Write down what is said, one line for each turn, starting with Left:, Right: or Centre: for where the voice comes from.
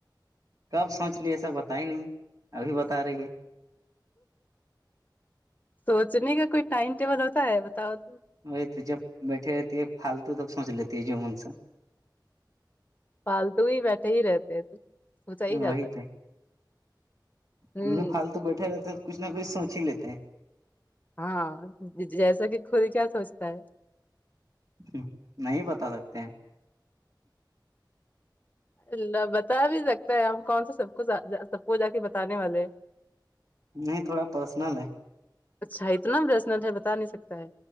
Right: کب سوچ لیے ای سب بتا ہی نہیں ابھی بتا رہی ہے
Left: سوچنے کا کوئی ٹائم ٹیبل ہوتا ہے بتاؤ تم
Right: وہی تو جب بیٹھے رہتی ہے فالتو تب سوچ لیتی ہے جن سا
Left: پالتو ہی بیٹھے ہی رہتے ہیں تو سوچا ہی جاتا
Right: وہی
Left: ہے
Right: تو
Left: ہوں
Right: ہم بھی پالتو بیٹھے رہتے ہیں کچھ نہ کچھ سوچ ہی لیتے ہیں
Left: ہاں جیسا کہ خود کیا سوچتا ہے
Right: ہ نہیں بتا سکتے ہیں
Left: ال بتا بھی سکتا ہے ہم کون سا سب کو سب کو جا کے بتے والے ہیں
Right: نہیں تھوڑا پرسنل ہے
Left: اچھا اتنا بسنٹ ہے بتا نہیں سکتا ہے